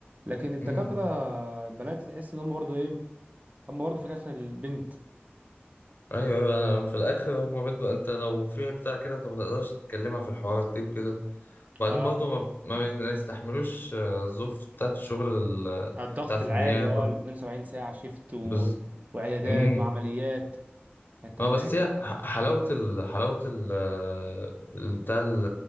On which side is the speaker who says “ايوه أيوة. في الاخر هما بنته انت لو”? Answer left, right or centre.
Left